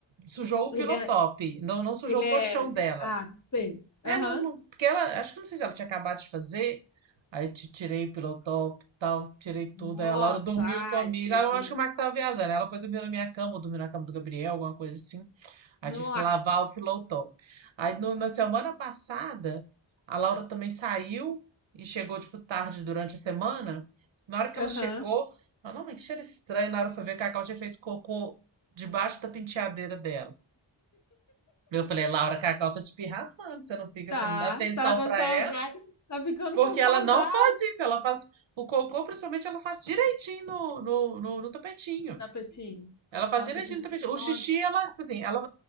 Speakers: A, on the right; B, on the left.
A: sujou o
B: Ele
A: pillow
B: é,
A: top, não, não sujou
B: ele
A: o
B: é,
A: colchão dela.
B: ah, sei.
A: É,
B: Aham.
A: não, não- porque ela, acho que não sei se ela tinha acabado de fazer, aí eu te tirei pelo top, tal, tirei
B: Nossa,
A: tudo, aí a Laura <laughs> dormiu
B: ai,
A: comigo,
B: que terror.
A: aí eu acho que o Max tava viajando, ela foi dormir na minha cama, ou dormiu na cama do Gabriel, alguma coisa assim, aí
B: Nossa.
A: tive que lavar o pilotão. Aí no- na semana passada, a Laura também saiu e chegou, tipo, tarde durante a semana, na hora que
B: Aham.
A: ela chegou, ela, não, mas que cheiro estranho, na hora que foi ver, a Cacau tinha feito cocô debaixo da penteadeira dela. Eu falei, Laura Cacau tá te pirraçando, você não fica,
B: Tá,
A: você não dá atenção
B: tá com
A: pra
B: saudade.
A: ela,
B: Tá ficando
A: porque
B: com saudade.
A: ela não faz isso, ela faz o cocô, principalmente, ela faz direitinho no, no, no, no tapetinho.
B: Tapetinho.
A: Ela
B: Nossa,
A: faz direitinho
B: que telefone.
A: no tapetinho. O xixi, ela, tipo assim, ela